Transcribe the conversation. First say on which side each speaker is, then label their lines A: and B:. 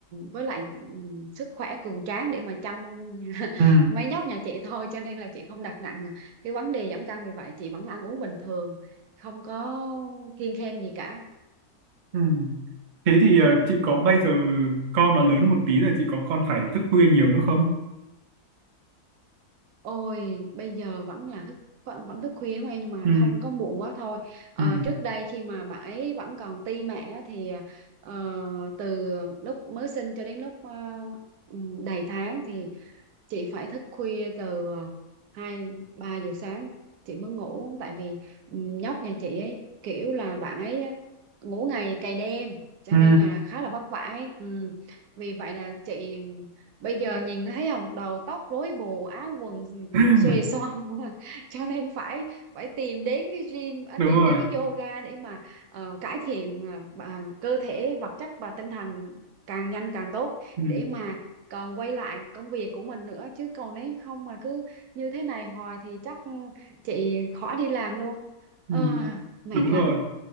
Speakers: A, on the right; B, on the right.
A: với lại ừm, sức khỏe cường tráng để mà chăm <laughs>
B: Ừ.
A: mấy nhóc nhà chị thôi cho nên là chị không đặt nặng cái vấn đề giảm cân vì vậy chị vẫn ăn uống bình thường không có kiêng khem gì cả
B: Ừ. Thế thì ờ, chị có bây giờ con nó lớn một tí rồi chị có con phải thức khuya nhiều nữa không?
A: ôi bây giờ vẫn là thức vẫn, vẫn thức khuya đúng không em nhưng mà
B: Ừ.
A: không có muộn quá thôi Ờ,
B: Ừ.
A: trước đây khi mà bà ấy vẫn còn ti mẹ á, thì ờ, từ lúc mới sinh cho đến lúc ờ, ừm, đầy tháng thì chị phải thức khuya từ ờ, hai ba giờ sáng chị mới ngủ tại vì ừ, nhóc nhà chị ấy kiểu là bạn ấy ngủ ngày cày đêm cho
B: Ừ.
A: nên là khá là vất vả ấy. Ừ. Vì vậy là chị bây giờ nhìn thấy không đầu tóc rối bù áo quần
B: <laughs>
A: xuề xoa <laughs> cho nên phải phải tìm đến cái gym à,
B: Đúng
A: tìm
B: rồi.
A: đến cái yoga để mà ờ, cải thiện ờ, bà- cơ thể vật chất và tinh thần càng nhanh càng tốt
B: Ừ.
A: để mà còn quay lại công việc của mình nữa chứ còn nếu không mà cứ như thế này hoài thì chắc ừ, chị khỏi đi làm luôn
B: Ừ.
A: Ờ, mệt
B: Đúng
A: lắm
B: rồi,